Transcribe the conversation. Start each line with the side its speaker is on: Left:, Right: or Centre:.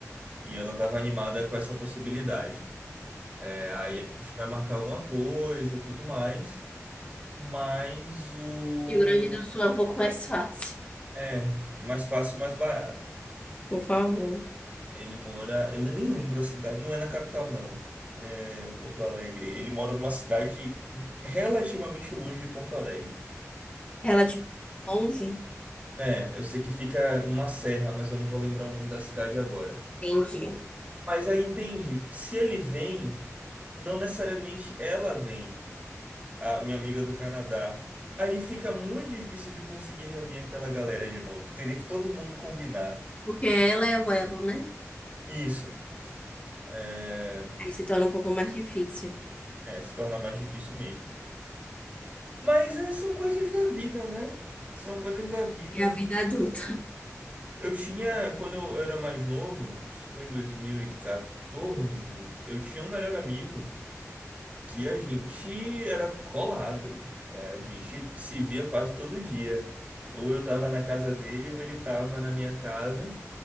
Right: e ela tava animada com essa possibilidade. É, aí a gente vai marcar alguma coisa, tudo mais. Mas o.
Left: Rio Grande do Sul é um pouco mais fácil.
Right: É, mais fácil e mais barato.
Left: Por favor.
Right: Ele mora. Eu nem lembro a cidade, não é na capital, não. É Porto Alegre. Ele mora numa cidade relativamente longe de Porto Alegre.
Left: Ela, tipo, longe?
Right: É, eu sei que fica numa serra, mas eu não vou lembrar o nome da cidade agora.
Left: Entendi.
Right: Mas aí entende, se ele vem, não necessariamente ela vem, a minha amiga do Canadá. Aí fica muito difícil de conseguir reunir aquela galera de novo. Teria que todo mundo combinar.
Left: Porque ela é o elo, né?
Right: Isso. é,
Left: Aí se torna um pouco mais difícil.
Right: É, se torna mais difícil mesmo. Mas é, são coisas da vida, né? São coisas da vida.
Left: É a vida adulta. <laughs>
Right: Eu tinha, quando eu era mais novo, isso foi em 2014, eu tinha um melhor amigo que a gente era colado. É, a gente se via quase todo dia. Ou eu tava na casa dele, ou ele tava na minha casa.